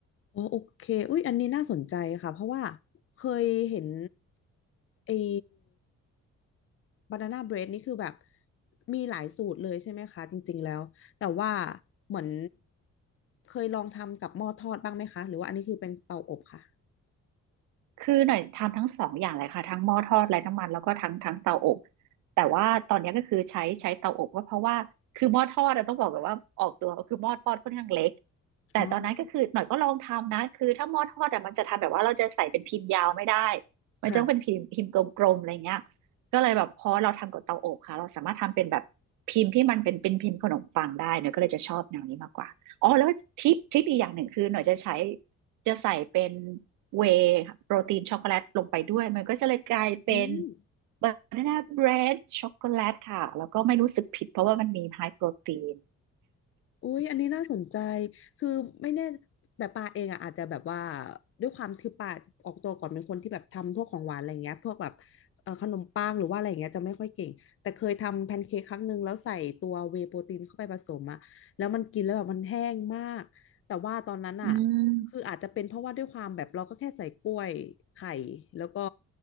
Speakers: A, on the left (about 45°); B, on the right (about 80°).
A: อ๋อโอเคอุ้ยอันนี้น่าสนใจค่ะ เพราะว่าเคยเห็นไอ้บานาน่าเบรดนี่คือแบบมีหลายสูตรเลยใช่ไหมคะจริงๆแล้ว แต่ว่าเหมือนเคยลองทำกับหม้อทอดบ้างไหมคะ หรือว่าอันนี้คือเป็นเตาอบค่ะ
B: คือหน่อยทำทั้งสองอย่างเลยค่ะทั้งหม้อทอดไร้น้ำมันแล้วก็ทั้งทั้งเตาอบแต่ว่าตอนนี้ก็คือใช้ใช้เตาอบก็เพราะว่าคือหม้อทอดอะต้องบอกแบบว่าออกตัวคือหม้อทอดค่อนข้างเล็กแต่ตอนนั้นก็คือหน่อยก็ลองทำนะคือถ้าหม้อทอดอะมันจะทำแบบว่าเราจะใส่เป็นพิมพ์ยาวไม่ได้
A: อ๋อ
B: มันจะต้องเป็นพิมพ์พิมพ์กลมๆอะไรเงี้ย
A: ค่ะ
B: ก็เลยแบบพอเราทำกับเตาอบค่ะเราสามารถทำเป็นแบบพิมพ์ที่มันเป็นเป็นพิมพ์ขนมปังได้หน่อยก็เลยจะชอบแนวนี้มากกว่าอ๋อแล้วทริปทริปอีกอย่างหนึ่งคือหน่อยจะใช้จะใส่เป็น เวย์โปรตีนช็อกโกแลตลงไปด้วย มันก็จะเลยกลายเป็น
A: อืม
B: บานาน่าเบรดช็อกโกแลตค่ะ แล้วก็ไม่รู้สึกผิดเพราะว่ามันมีไฮโปรตีน
A: อุ้ยอันนี้น่าสนใจคือไม่แน่แต่ปาเองอ่ะอาจจะแบบว่าด้วยความคือปาออกตัวก่อนเป็นคนที่แบบทำพวกของหวานอะไรเงี้ยพวกแบบเอ่อขนมปังหรือว่าอะไรเงี้ยจะไม่ค่อยเก่งแต่เคยทำแพนเค้กครั้งหนึ่งแล้วใส่ตัวเวย์โปรตีนเข้าไปผสมอะแล้วมันกินแล้วแบบมันแห้งมาก แต่ว่าตอนนั้นอ่ะ
B: อืม
A: คืออาจจะเป็นเพราะว่าด้วยความแบบเราก็แค่ใส่กล้วยไข่แล้วก็